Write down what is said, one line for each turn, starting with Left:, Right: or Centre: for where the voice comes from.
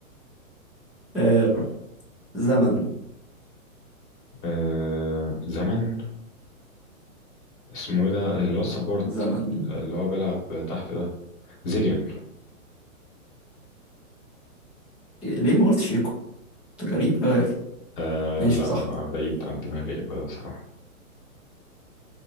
Centre: آه زمن
Left: آه. زمن اسمه ايه ده اللي هو السبورت
Centre: زمن
Left: اللي هو بيلعب تحت ده زيليان
Centre: إيه، ليه ما قلتش إيكو؟ أنت غريب أوي يا أخي
Left: آه.
Centre: ماشي
Left: لا
Centre: صح
Left: ما بعيد عن دماغي ايه كده بصراحة